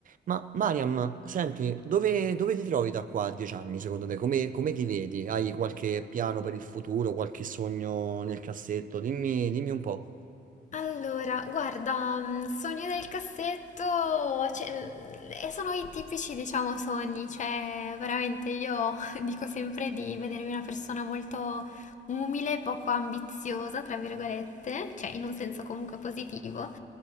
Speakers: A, on the right; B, on the left.
A: Ma Mariam, senti, dove, dove ti trovi da qua a dieci anni secondo te? Come, come ti vedi? Hai qualche piano per il futuro, qualche sogno nel cassetto? Dimmi, dimmi un po'.
B: Allora, guarda, mm, sogni del cassetto, cioè, mm, e sono i tipici, diciamo, sogni, cioè, veramente io <laughs> dico sempre di vedermi una persona molto umile, poco ambiziosa, tra virgolette, cioè in un senso comunque positivo.